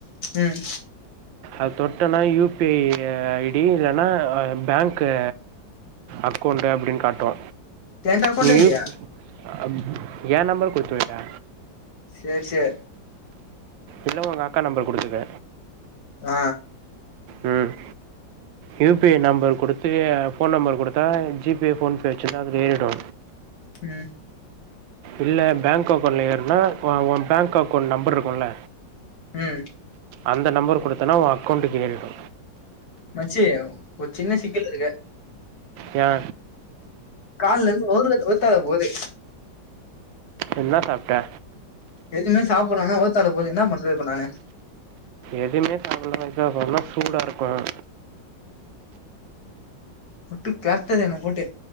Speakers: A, on the left; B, on the right.
A: ம்
B: அத் தொட்னா யூபிஐ ஐடி இல்லனா பேங்க்கு அக்கோண்டு அப்புடின் காட்டு
A: என்ட்ட அக்கௌண்டே
B: நீ
A: இல்லையா
B: யூப் அம் ஏ நம்பர் குடுத்து வைடா
A: சேர் சே
B: இல்ல ஒங்க அக்கா நம்பர் குடுத்துக்க
A: அ
B: ம் யுபிஐ நம்பர் குடுத்து ஃபோன் நம்பர் குடுத்தா ஜிபே ஃபோன்பே வச்சிர்ந்தா அதுல ஏறிடு
A: ம்
B: இல்ல பேங்க் அக்கோண்ட்ல ஏறுனா ஒ ஒ பேங்க் அக்கோண்ட் நம்பர்ருக்கு இல்ல
A: ம்
B: அந்த நம்பர் குடுத்தனா ஓ அக்கோண்ட்டுக்கு ஏறிடு
A: மச்சி ஒரு சின்ன சிக்கல் இருக்கு
B: யா
A: கால்லேந்து வவுறுவல் வூத்தால போது
B: என்ன சாப்டா
A: எதுவுமே சாப்டலா ஆன வவூத்தால போது என்ன பண்றது இப்ப நானு
B: எதுவுமே சாப்படல வவூத்தால போதுன சூடா இருக்கும்
A: போட்டு தாக்குது என்ன போட்டு